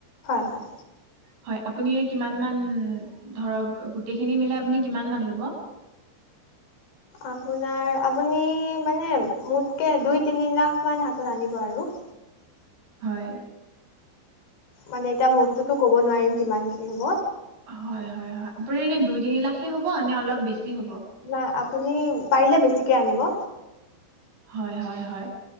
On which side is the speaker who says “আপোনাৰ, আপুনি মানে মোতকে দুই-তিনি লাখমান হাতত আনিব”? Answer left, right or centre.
Left